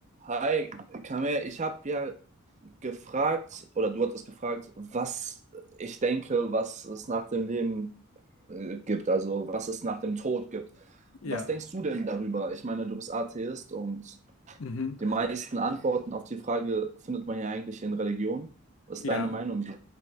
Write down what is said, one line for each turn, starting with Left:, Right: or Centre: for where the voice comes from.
Right: Hi, Kamel, ich habe ja gefragt, oder du hattest gefragt, was ich denke, was es nach dem Leben äh, gibt, also was es nach dem Tod gibt.
Left: Ja,
Right: Was denkst du denn darüber? Ich meine, du bist Atheist und
Left: mhm.
Right: die meisten Antworten auf die Frage findet man ja eigentlich in Religion. Was
Left: Ja.
Right: ist deine Meinung? so?